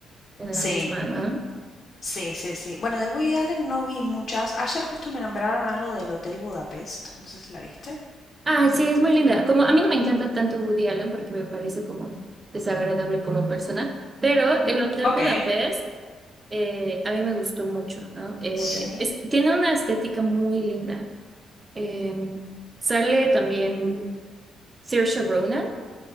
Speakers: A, on the right (about 25°); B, on the left (about 50°).
A: en
B: Sí,
A: la misma, ¿no?
B: sí, sí, sí. Bueno, de Woody Allen no vi muchas. Ayer justo me nombraron algo del Hotel Budapest. No sé si la viste.
A: Ah, sí, es muy linda. Como a mí no me encanta tanto Woody Allen porque me parece como desagradable como persona, pero el Hotel
B: Ok.
A: Budapest eh, a mí me gustó mucho, ¿no? Eh,
B: Sí.
A: es- tiene una estética muy linda. Eh, sale también Saoirse Ronan,